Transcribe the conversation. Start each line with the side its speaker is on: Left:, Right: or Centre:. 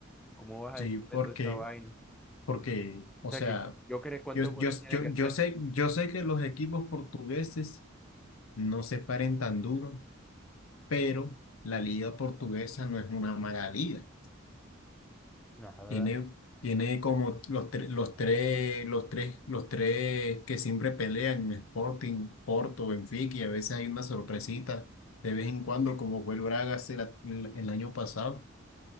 Centre: ¿Cómo vas
Left: Sí,
Centre: a decirme
Left: porque,
Centre: toda esa vaina? O
Left: porque, o
Centre: sea
Left: sea,
Centre: que Joker, ¿cuántos
Left: yo,
Centre: goles
Left: yo,
Centre: tiene
Left: yo,
Centre: que
Left: yo
Centre: hacer?
Left: sé, yo sé que los equipos portugueses no se paren tan duro pero la liga portuguesa no es una mala liga.
Centre: Nada.
Left: Tiene, tiene como los, tre- los tres, los tres, los tres que siempre pelean, Sporting, Porto, Benfica, y a veces hay una sorpresita de vez en cuando, como fue el Braga hace la- el, el año pasado.